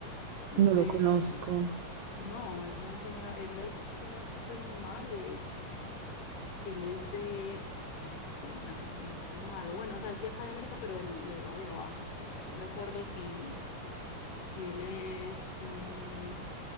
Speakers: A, on the left; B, on the right.
A: Es
B: No
A: de,
B: lo conozco.
A: no, es de un señor, él es, si no estoy mal, es, él es de Argentina, si no estoy mal, o bueno, o sea, es de acá de América, pero del, del lado de abajo. No recuerdo si... Si él es, eh,